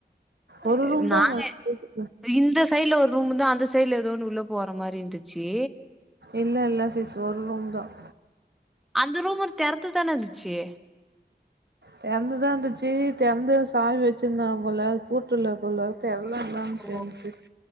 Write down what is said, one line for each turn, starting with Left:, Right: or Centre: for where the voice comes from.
Centre: அ
Right: ஒரு ரூம்
Centre: நாங்க
Right: தான் அங்க
Centre: இப்ப
Right: இருக்கு
Centre: இந்த சைட்ல ஒரு ரூம் வந்த அந்த சைடுல ஏதோன்னு உள்ள போற மாரி இருந்துச்சு
Right: இல்ல இல்ல சிஸ் ஒரு ரூம் தான்
Centre: அந்த ரூம் மட்டு தெறந்துதான இருந்துச்சு
Right: தெறந்து தா இருந்துச்சு தெறந்த சாவி வச்சிருந்தாங்க போல பூட்டுள்ள போல தெர்ல லாங்
Centre: ஓ
Right: சென் சிஸ்